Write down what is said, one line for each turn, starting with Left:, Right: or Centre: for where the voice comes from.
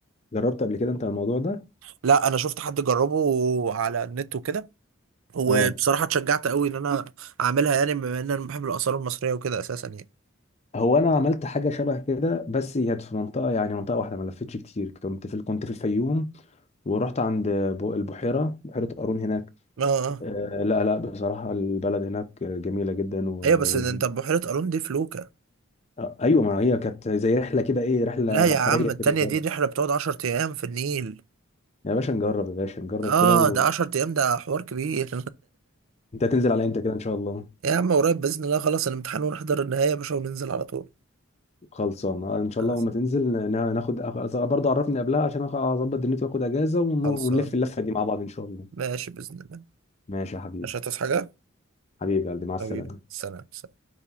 Left: جربت قبل كده انت الموضوع ده
Right: لا أنا شفت حد جربه على النت وكده وبصراحة
Left: اه
Right: اتشجعت قوي ان انا اعملها يعني بما ان انا بحب الاثار المصرية وكده اساسا يعني
Left: هو انا عملت حاجه شبه كده بس هي كانت في منطقه يعني منطقه واحده ما لفتش كتير كنت في كنت في الفيوم ورحت عند بو- البحيره بحيره قارون هناك
Right: اه اه
Left: آه، لا لا بصراحة البلد هناك جميلة جدا و...
Right: ايوه بس ده
Left: و...
Right: انت بحيرة قارون دي في لوكا
Left: آه، أيوة ما هي كانت زي رحلة كده إيه رحلة
Right: لا
Left: بحرية
Right: يا عم التانية
Left: كده صغيرة
Right: دي رحلة بتقعد 10 ايام في النيل
Left: يا باشا نجرب يا باشا نجرب
Right: اه
Left: كده و...
Right: ده 10 ايام ده حوار كبير
Left: أنت هتنزل على إمتى كده إن شاء الله
Right: <laughs> يا عم قريب باذن الله خلاص الامتحان ونحضر النهاية يا باشا وننزل على طول
Left: خلصان آه، إن شاء
Right: آه،
Left: الله لما تنزل نا- ناخد أخ- برضه عرفني قبلها عشان أخ- أظبط دنيتي وآخد أجازة ون...
Right: خلصان
Left: ونلف اللفة دي مع بعض إن شاء الله
Right: ماشي باذن الله
Left: ماشي يا حبيبي
Right: مش هتصحى حاجة
Left: حبيبي يا قلبي مع السلامة
Right: حبيبي سلام سلام